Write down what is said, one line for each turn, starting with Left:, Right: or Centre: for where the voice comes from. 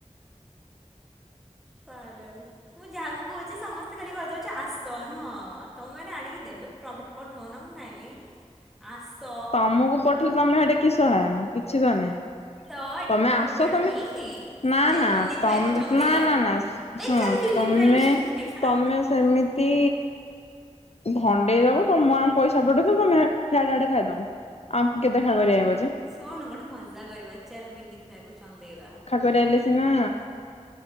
Centre: ପାଗଲ। ମୁଁ ଯାହାକୁ କହୁଚି ସମସ୍ତେ ଖାଲି କହିଦଉଚ ଆସ ନୁହଁ ତମେ ମାନେ ଆଣିକି ଦେବେ ପ୍ରବେଟ ପଠୋଉନ ମୁଁ ଖାଇମି ଆସ।
Left: ତମକୁ ପଠିଲେ ତମେ ଏଠି କିସ ଖାଇବ କିଛି ତ ନାହିଁ।
Centre: ତ ଏଠି
Left: ତମେ
Centre: କଣ ଆମର
Left: ଆସ
Centre: ମିଳୁନି।
Left: ତମେ ନା
Centre: ଚାଲ
Left: ନା
Centre: ବିନୀତ
Left: ତମ
Centre: ଭାଇ କୁ ଚନ୍ଦେଇବା।
Left: ନା ନା ନା
Centre: ବେନ୍
Left: ଶୁଣ
Centre: ଚାଲ ବିନୀତ
Left: ତମେ
Centre: ଭାଇ କୁ ଚନ୍ଦେଇବା।
Left: ତମେ ସେମି ତି ଭଣ୍ଡେଇଦବ ତମ ଆମ ପଇସା ପଠେଇ ଦବ ଆମେ ହିଆଡେ ଆଡେ ଖାଇଦମୁ। ଆମ କେବେ ଖା ପାରିବା ଯେ
Centre: ଶୁଣୁ ଗୋଟେ ମଜା କରିବା ଚାଲ ବିିନିତି ଦ୍ଭାଇକୁ ଚନ୍ଦେଇବା।
Left: ଆଗରେ ଆଇଲେ ସିନା।